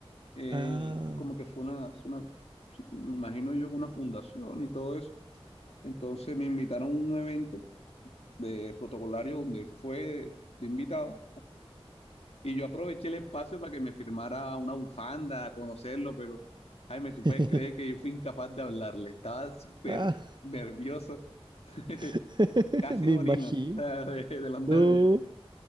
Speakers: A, on the left; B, on the right.
A: él,
B: Ah,
A: como que fue una, es una, sí, me imagino yo, una fundación y todo eso. Entonces me invitaron a un evento de protocolario donde fue de invitado Y yo aproveché el espacio para que me firmara una bufanda, a conocerlo, pero Jaime, tú puedes
B: <laughs>
A: creer que yo fui incapaz de hablarle. Estaba súper
B: ah,
A: nervioso, <laughs>
B: <laughs>
A: casi
B: me
A: morino
B: imagino.
A: o sea, de, de los nervios.
B: No,